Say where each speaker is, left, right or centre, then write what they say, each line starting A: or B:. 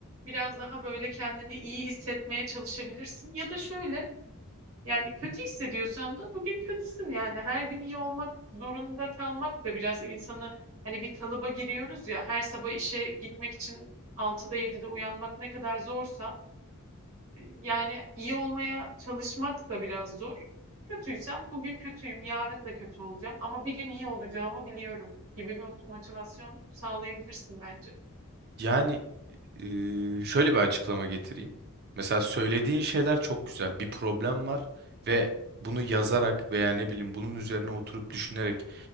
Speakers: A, on the right; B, on the right.
A: biraz daha böyle kendini iyi hissetmeye çalışabilirsin. Ya da şöyle yani kötü hissediyorsan da bugün kötüsün yani. Her gün iyi olmak zorunda kalmak da biraz insanı hani bir kalıba giriyoruz ya. Her sabah işe gitmek için 6'da 7'de uyanmak ne kadar zorsa yani iyi olmaya çalışmak da biraz zor. Kötüysem bugün kötüyüm, yarın da kötü olacağım ama bir gün iyi olacağımı biliyorum gibi bir mot- motivasyon sağlayabilirsin bence.
B: Yani eee, şöyle bir açıklama getireyim. Mesela söylediğin şeyler çok güzel. Bir problem var ve bunu yazarak veya ne bileyim bunun üzerine oturup düşünerek,